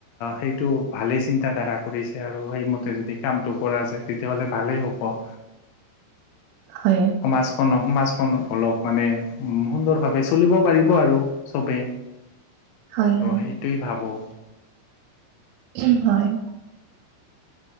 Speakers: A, on the left (about 85°); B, on the right (about 85°).
A: সেইটো ভালেই চিন্তা ধাৰা কৰিছে আৰু সেইমতে যদি কামটো কৰা যায় তেতিয়াহ'লে ভালেই হ'ব।
B: হয়।
A: সমাজখনক সমাজখন অলপ মানে সুন্দৰভাৱে চলিব পাৰিব আৰু চবে। ত
B: হয় হয়
A: সেইটোৱেই ভাবো।
B: উম, হয়।